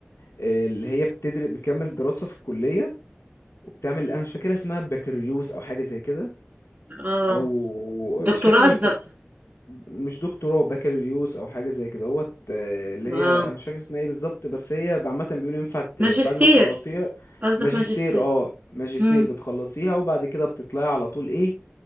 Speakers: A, on the left (about 75°); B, on the right (about 35°).
A: آه، اللي هي بتدرس بتكمل دراسة في الكلية وبتعمل انا مش فاكر اسمها بكالوريوس او حاجة زي كده
B: <laughs> اه
A: او
B: دكتوراه
A: مش فاكر
B: قصدك
A: هي مش دكتوراه بكالوريوس او حاجه زي كده هوت آه، اللي هي
B: اه
A: انا مش فاكر اسمها ايه بالظبط بس هي عامه بيقولوا ينفع ت-
B: ماجستير
A: بعد ما تخلصيها
B: قصدك
A: ماجستير
B: ماجستير
A: اه ماجستير
B: امم
A: بتخلصيها وبعد كده بتطلعي على طول ايه